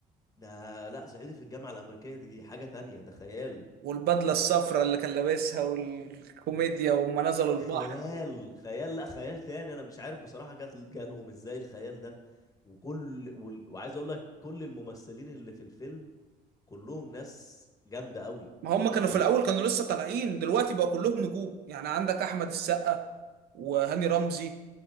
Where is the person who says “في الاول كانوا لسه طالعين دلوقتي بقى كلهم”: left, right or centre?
Right